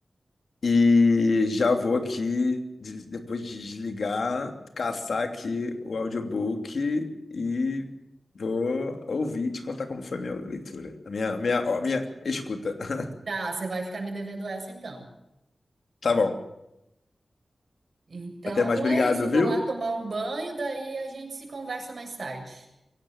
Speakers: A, on the left; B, on the right.
A: E já vou aqui, de- depois de desligar, caçar aqui o audiobook e vou ouvir e te contar como foi a minha leitura, a minha, a minha, a minha escuta. <laughs>
B: Tá, você vai ficar me devendo essa então.
A: Tá bom.
B: Então
A: Até mais. Obrigado,
B: é isso, eu vou
A: viu?
B: lá tomar um banho, daí a gente se conversa mais tarde,